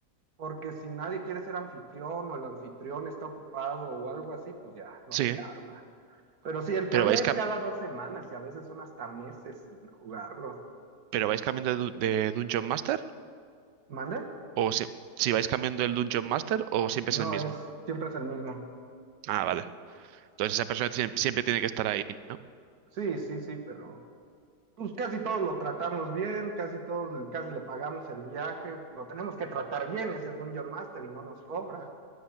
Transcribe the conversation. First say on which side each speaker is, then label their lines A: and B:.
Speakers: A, on the right; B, on the right.
A: porque si nadie quiere ser anfitrión o el anfitrión está ocupado o algo así, pues ya no
B: Sí.
A: se arma. Pero sí, en teoría
B: ¿Pero vais,
A: es
B: cam-
A: cada dos semanas y a veces son hasta meses sin jugarlo.
B: pero vais cambiando de, du- de Dungeon Master?
A: ¿Mande?
B: ¿O si, si vais cambiando el Dungeon Master o siempre es
A: No,
B: el mismo?
A: es, siempre es el mismo.
B: Ah, vale. Entonces esa persona siem- siempre, tiene que estar ahí, ¿no?
A: Sí, sí, sí, pero... Pues casi todos lo tratamos bien, casi todos le- casi le pagamos el viaje, lo tenemos que tratar bien, es el Dungeon Master y no nos cobra.